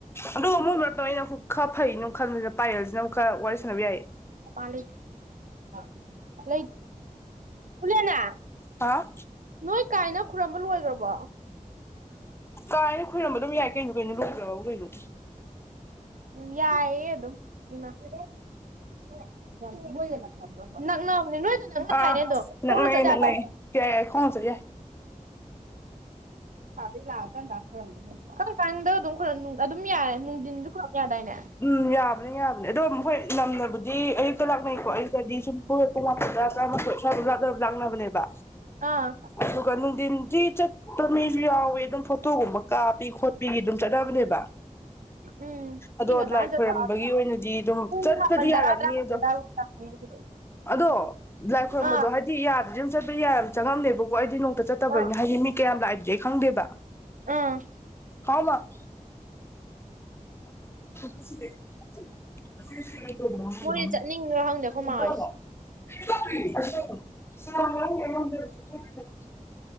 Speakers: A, on the left; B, on the right.
A: ꯑꯗꯨꯒ ꯃꯣꯏ ꯃꯔꯛꯇ ꯑꯩꯅ ꯑꯃꯨꯛ ꯈꯔ ꯐꯩꯩꯅꯅ ꯈꯟꯅ ꯄꯥꯏꯌꯦꯜꯁꯤꯅ ꯑꯃꯨꯛ ꯈꯔ ꯋꯥꯔꯤ ꯁꯥꯟꯅꯕ ꯌꯥꯏꯌꯦ꯫
B: <unintelligible> ꯂꯩ ꯄꯨꯜꯂꯦꯅ
A: ꯍꯥꯎ
B: ꯅꯣꯏ ꯀꯥꯏꯅ ꯈꯨꯔꯝꯕ ꯂꯣꯏꯒ꯭ꯔꯕꯣ꯫
A: ꯀꯥꯏꯅ ꯈꯣꯏꯔꯝꯕ ꯑꯗꯨꯝ ꯌꯥꯏ ꯀꯩꯅꯣ ꯀꯩꯅꯣ ꯂꯣꯏꯒ꯭ꯔꯕꯕꯨ ꯀꯩꯅꯣ꯫
B: ꯎꯝ ꯌꯥꯏ ꯌꯦ ꯑꯗꯨꯝ ꯏꯃꯥ <unintelligible> ꯅꯛꯅꯕꯅꯦ ꯅꯣꯏꯒ ꯅꯛꯅ
A: ꯑꯥ
B: ꯗꯥꯏꯅꯦ ꯑꯗꯨꯝ ꯈꯣꯡꯅꯆꯠ
A: ꯅꯛꯅꯩꯌꯦ
B: ꯌꯥꯗꯥꯏꯅꯦ
A: ꯅꯛꯅꯩꯌꯦ ꯌꯥꯏ ꯌꯥꯏ ꯈꯣꯡꯅ ꯆꯠ ꯌꯥꯏ
B: ꯀꯝꯀꯥꯟꯗꯩꯩ ꯂꯥꯛꯑ ꯀꯝꯀꯥꯟ ꯈꯨꯔꯝꯗꯣꯏꯅꯣ ꯑꯗꯨꯕꯣ ꯀꯝꯀꯥꯟꯗ ꯑꯗꯨꯝ ꯈꯨꯔꯝ ꯅꯨꯡ ꯑꯗꯨꯝ ꯌꯥꯔꯦ ꯅꯨꯡꯗꯤꯟꯖꯨ ꯈꯨꯔꯝ ꯌꯥꯗꯥꯏꯅꯦ
A: ꯎꯝ ꯌꯥꯕꯅꯦ ꯌꯥꯕꯅꯦ ꯑꯗꯣ ꯃꯍꯣꯏ ꯅꯝꯅꯕꯨꯗꯤ ꯑꯌꯨꯛꯇ ꯂꯥꯛꯅꯩꯀꯣ ꯑꯌꯨꯛꯇꯗꯤ ꯁꯨꯝ ꯍꯣꯏ ꯄꯨꯡ ꯃꯥꯄꯟ ꯇꯔꯥ ꯇ꯭ꯔꯥꯃꯥꯊꯣꯏ ꯁ꯭ꯋꯥꯏꯗꯨꯝ ꯂꯥꯛꯅ ꯂꯥꯛꯅꯕꯅꯦꯕ
B: ꯑꯥ
A: ꯑꯗꯨꯒ ꯅꯨꯡꯊꯤꯟꯖꯤ ꯆꯠꯄ ꯃꯤꯖꯨ ꯌꯥꯎꯋꯦ ꯑꯗꯨꯝ ꯐꯣꯇꯣꯒꯨꯝꯕ ꯀꯥꯞꯄꯤ ꯈꯣꯠꯄꯤꯒꯤ ꯑꯗꯨꯝ ꯆꯠꯅꯕꯅꯦꯕ
B: ꯎꯝ
A: ꯑꯗꯣ
B: ꯃꯤ ꯉꯟꯇꯥꯅ
A: ꯂꯥꯏ
B: ꯆꯠ
A: ꯈꯣꯏꯔꯝꯕꯒꯤ
B: ꯇꯥꯕ ꯑꯗꯨꯗꯤ
A: ꯑꯣꯏꯅꯗꯤ ꯑꯗꯨꯝ
B: ꯄꯨꯡ
A: ꯆꯠꯄꯗꯤ
B: ꯃꯥꯄꯟ ꯇꯔꯥ
A: ꯌꯥꯔꯝꯅꯤ
B: ꯇꯔꯥꯃꯥꯊꯣꯏ
A: ꯑꯗꯣ
B: ꯑꯗꯥꯏꯕꯧ ꯆꯪꯉꯦ ꯑꯗꯨꯗꯤ
A: ꯑꯗꯣ ꯂꯥꯏ ꯈꯣꯏꯔꯝꯕꯗꯣ
B: ꯑꯥ
A: ꯍꯥꯏꯗꯤ ꯌꯥꯗ꯭ꯔꯤꯝ ꯆꯠꯄ ꯌꯥꯏ ꯆꯪꯉꯝꯗꯦꯕꯀꯣ ꯑꯩꯗꯤ ꯅꯣꯡꯇ ꯆꯠꯇꯕꯅꯤꯅ
B: ꯑꯥ
A: ꯍꯥꯏꯗꯤ ꯃꯤ ꯀꯌꯥꯝ ꯂꯥꯛꯏꯗꯤ ꯑꯩ ꯈꯪꯗꯦꯕ
B: ꯑꯥ
A: ꯍꯥꯎꯃ <inaudible>
B: ꯃꯣꯏꯅ ꯆꯠꯅꯤꯡꯕ꯭ꯔꯥ ꯈꯪꯗꯦ ꯑꯩꯈꯣꯏ ꯃꯥ ꯍꯣꯏꯁꯦ
A: <inaudible>